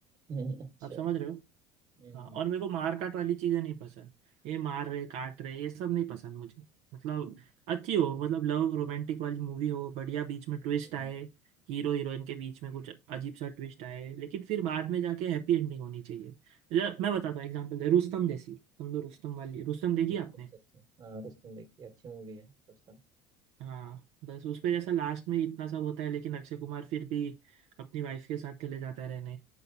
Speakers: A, on the right; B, on the right.
A: हम्म, <laughs> अच्छा
B: आप समझ रहे हो
A: हम्म
B: हाँ और मेरे को मार काट वाली चीजें नहीं पसंद ये मार रहे काट रहे ये सब नहीं पसंद मुझे मतलब अच्छी हो मतलब लव रोमांटिक वाली मूवी हो बढ़िया बीच में ट्विस्ट
A: हम्म,
B: आए हीरो हीरोइन के बीच में कुछ अजीब सा ट्विस्ट आए लेकिन फिर बाद में जाके हैप्पी एंडिंग होनी चाहिए जरा- मैं बताता हूँ एग्जांपल दे रुस्तम जैसी समझो रुस्तम वाली रुस्तम देखी
A: अच्छा
B: आपने
A: अच्छा अच्छा हाँ रुस्तम देखिए अच्छी मूवी है रुस्तम
B: हाँ बस उसपे जैसा लास्ट में इतना सब होता है लेकिन अक्षय कुमार फिर भी अपनी वाइफ के साथ चले जाता है रहने